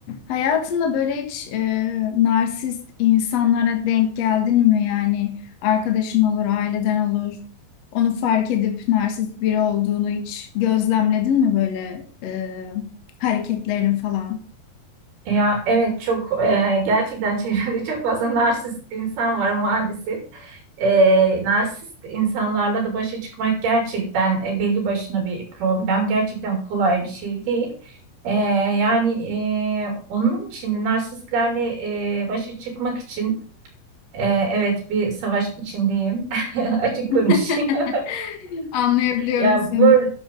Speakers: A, on the left (about 55°); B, on the right (about 70°).
A: Hayatında böyle hiç e, narsist insanlara denk geldin mi? Yani arkadaşın olur, aileden olur. Onu fark edip narsist biri olduğunu hiç gözlemledin mi böyle e, hareketlerin falan?
B: Ya evet çok e, gerçekten çevrede çok fazla narsist insan var maalesef. E, narsist insanlarla da başa çıkmak gerçekten e, belli başına bir problem. Gerçekten kolay bir şey değil. E, yani e, onun için de narsistlerle e, başa çıkmak için. Ee, evet bir savaş içindeyim. <laughs> Açık konuşayım.
A: <laughs>
B: <laughs>
A: Anlayabiliyorum
B: Ya
A: seni.
B: bur